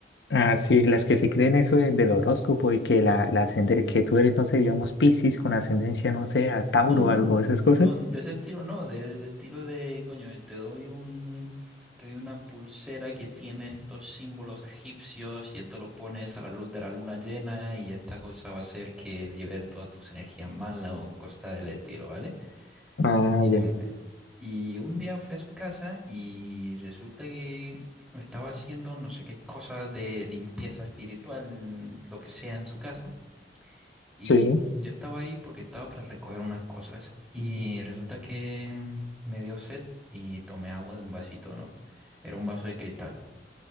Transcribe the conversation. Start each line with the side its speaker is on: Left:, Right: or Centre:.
Left: Ah, sí, las que se creen eso de- del horóscopo y que la, la ascende- que tú eres, no sé, digamos, Piscis con ascendencia, no sé, a Tauro
Centre: No, no,
Left: o algo, esas cosas.
Centre: no, no, de ese estilo no, de- del estilo de, coño, te doy un, te doy una pulsera que tiene estos símbolos egipcios y esto lo pones a la luz de la luna llena y esta cosa va a hacer que libere todas tus energías malas o cosas del estilo, ¿vale?
Left: Ah,
Centre: Ese estilo
Left: ya.
Centre: de mujer. Y un día fui a su casa y resulta que estaba haciendo no sé qué cosas de limpieza espiritual, lo que sea en su casa. Y
Left: Sí,
Centre: yo estaba ahí porque estaba para recoger unas cosas. Y resulta que mm, me dio sed y tomé agua de un vasito, ¿no? Era un vaso de cristal.